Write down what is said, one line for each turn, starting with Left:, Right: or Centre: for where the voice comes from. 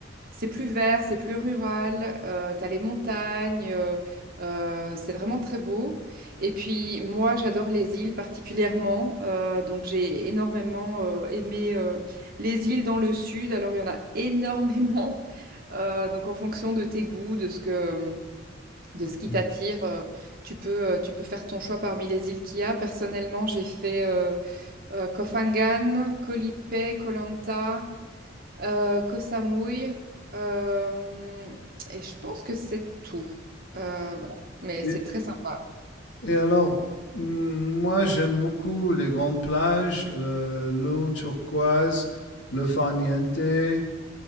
Right: c'est plus vert, c'est plus rural, euh, t'as les montagnes, euh, euh, c'est vraiment très beau. Et puis moi, j'adore les îles particulièrement, euh, donc j'ai énormément euh, aimé euh, les îles dans le sud. Alors il y en a <laughs> énormément, Euh, donc en fonction de tes goûts, de ce que, de
Left: Mhm.
Right: ce qui t'attire, euh, tu peux, euh, tu peux faire ton choix parmi les îles qu'il y a. Personnellement, j'ai fait euh, euh, Koh Phangan, Koh Lipe, Koh Lanta euh, Koh Samui, euh, et je pense que c'est tout. Euh, voilà. Mais
Left: Et-
Right: c'est très sympa.
Left: Et alors, mm, moi j'aime beaucoup les grandes plages, le- l'eau turquoise, le farniente, euh,